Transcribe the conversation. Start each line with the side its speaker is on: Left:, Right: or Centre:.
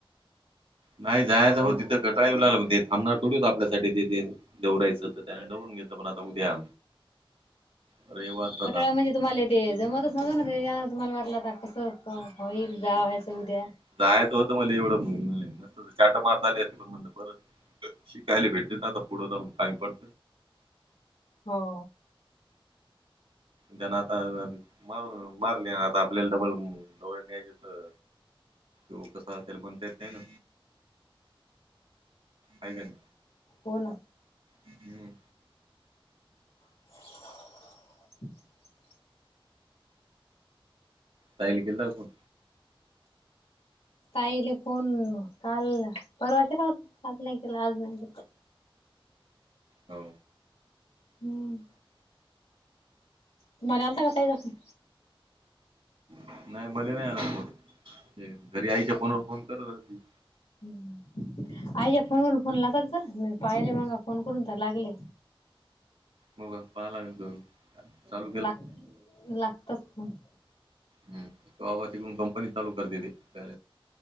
Right: नाही जायचं हो तिथं कटाळं येऊ ला थांबणार थोडीच होत आपल्यासाठीठी तिथे. दौडायचं तर त्याने दडवून घेतलं पण आता उद्या रविवार आता
Left: कंटाळा म्हणजे, तुम्हांला ते जमतच नव्हतं ना, तुम्हाला वाटलं आता कसं होईल जावायचं उद्या.
Right: जायचं होतं मला एवढं म्हणे तर चाटा मारता आले असतं. म्हण बर शिकायला भेटते आता पुढं जाऊन काय पण.
Left: हो.
Right: त्यांना आता मार मारले आता, आपल्याला डबल जवळ न्यायची. बर. हो तसं त्याला म्हणता येत नाहीना, हाय का नाही.
Left: हो ना.
Right: हम्म.
Left: ह
Right: ताईली केलता का फोन.
Left: ताईले फोन काल परवा केला होता. आज नाही केलं आज नाही केलं.
Right: हो.
Left: हम्म. तुम्हाला आलता का ताईचा फोन.
Right: ह नाही मले नाही आला फोन ते घरी आईच्या फोनावर फोन करत होती.
Left: हम्म आईच्या फोन वरून फोन लावतात चला मी पाहिले मंगा फोन करून तर लागले.
Right: मगं पहा लागण करून. चाल.
Left: लाग लागताच फोन.
Right: हम् तवा पासून कंपनी चालू करते ते त्या.